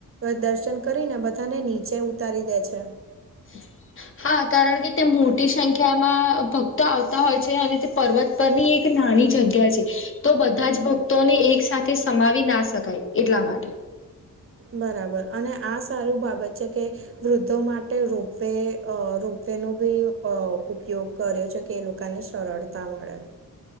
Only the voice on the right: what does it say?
દર્શન કરીને બધાને નીચે ઉતારી દે છે.
બરાબર અને આ સારું બાબત છે, કે વૃદ્ધો માટે રોપવે રોપવે નો બી ઉપયોગ કર્યો છે, કે એ લોકોને સરળતા મળે